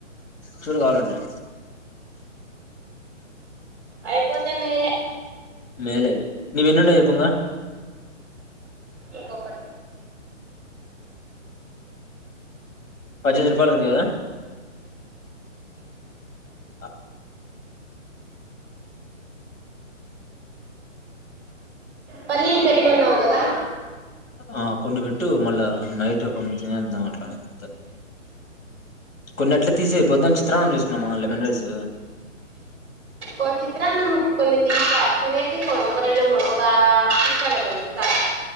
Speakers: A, on the left; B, in the centre.
A: చూడు కావాలంటే
B: అయిపోతే మేలే
A: మేలే నీవి ఎన్ని ఉనాయి చెప్పు ఇంకా
B: ఒక్కోటి
A: పద్దెనిమిది రూపాయలు ఉంది కదా ఆ
B: పల్లీకి పెట్టమన్నావు కదా
A: ఆ కొన్ని పెట్టు మళ్ళా నైట్ కొన్ని తినేద్దాం అట్లాంతే కొన్నిన్నట్లు తీసేయిొద్దున్న చిత్రాంగం చేసుకున్నామా లెమన్ రైస్
B: ఒక చిత్రాన కొన్ని తీస తినేకి ఒక రెండు ఒక తీసాల కొన్ని స